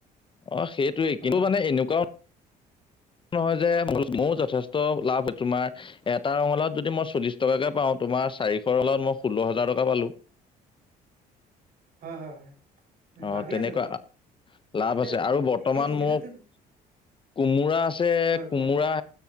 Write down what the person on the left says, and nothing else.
অ সেইটোয়ে
কিন্তু মানে এনেকুৱাও নহয় যে ময়ো যথেষ্ট লাভ তোমাৰ এটা ৰঙালত যদি মই চল্লিশ টকাকে পাওঁ তোমাৰ চাৰিশ ৰঙালত মই ষোল্ল হাজাৰ টকা পালো।
অ',
তেনেকুৱা
লাভ
আছে। আৰু বৰ্তমান
মোক কোমোৰা আছে
কোমোৰা